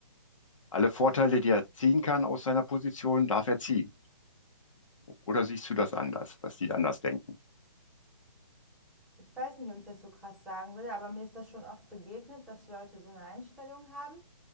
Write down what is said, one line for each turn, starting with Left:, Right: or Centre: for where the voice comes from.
Left: Alle Vorteile, die er ziehen kann aus seiner Position, darf er ziehen. Oder siehst du das anders, dass die anders denken?
Centre: Ich weiß nicht, ob ich das so krass sagen würde, aber mir ist das schon oft begegnet, dass Leute so eine Einstellung haben